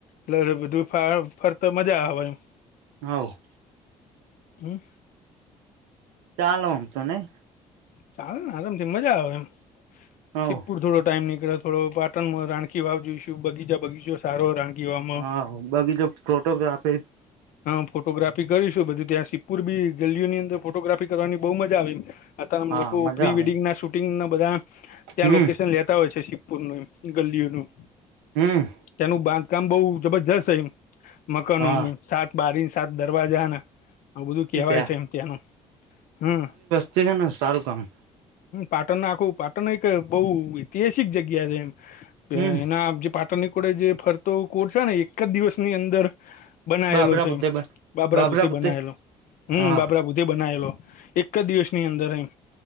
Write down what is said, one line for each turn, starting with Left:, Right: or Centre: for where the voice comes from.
Left: લ ફા ફરતા મજા આવે એમ
Right: હઓ.
Left: હમ્મ.
Right: ચાલો ઓમ તો નહી.
Left: ચાલે ને આરામથી મજા આવે એમ
Right: હવ
Left: સિધ્ધપુર થોડો ટાઈમ નીકળ્યો. થોડો પાટણમાં રાણકી વાવ જોઈશું બગીચા બગીચો છે. સારો રાણકી વાવ માં
Right: હા બાકી જો ફોટોગ્રાફી.
Left: હા ફોટોગ્રાફી કરીશું બધું ત્યાં સિધપુર બી ગલીઓની અંદર ફોટોગ્રાફી કરવાની બહુ મજા આવે એમ. આમ
Right: હા
Left: લોકો
Right: મજા
Left: પ્રી
Right: આવે
Left: વેડિંગ ના શૂટિંગ ના બધા ત્યાં
Right: હમ
Left: લોકેશન લેતા હોય છે સી પુરનું એમ ગલીઓનું.
Right: હમ્મ.
Left: તેનું બાંધકામ બઉ જબરજસ્ત છેય મકાનોનું
Right: હા
Left: સા બારી સાત દરવાજા આ બધું કેહેવાય
Right: એ પ્યા
Left: છે એમ ત્યાંનું હમ્મ
Right: ત્યાં હે ને સારું કામ
Left: પાટણ આખું પાટણ એક બહુ ઐતિહાસિક જગ્યા છે એમ.
Right: હમ
Left: એના જે પાટણની કોડે જે ફરતો કોર છે, ને એક જ દિવસની અંદર બનાયેલો
Right: બાબરા
Left: છે,
Right: પુતે
Left: એમ બાબરાભૂત
Right: બાબરા પુતે
Left: બનાયલો હમ્મ
Right: હા
Left: બાબરાભૂત તે બનાયેલો હ એક જ દિવસ ની અંદર એમ